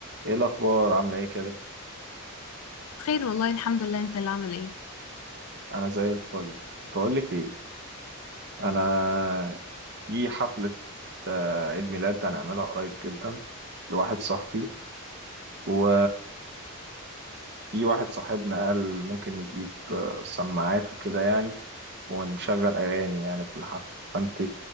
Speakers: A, on the right; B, on the left.
A: ايه الاخبار عامله ايه كده
B: بخير والله الحمد لله انت اللي عامل ايه
A: انا زي الفل بقول لك ايه انا في حفله آه، عيد ميلاد هنعملها قريب جدا لواحد صاحبي و في واحد صاحبنا قال ممكن نجيب آه، سماعات وكده يعني ونشغل اغاني يعني في الحفله فانت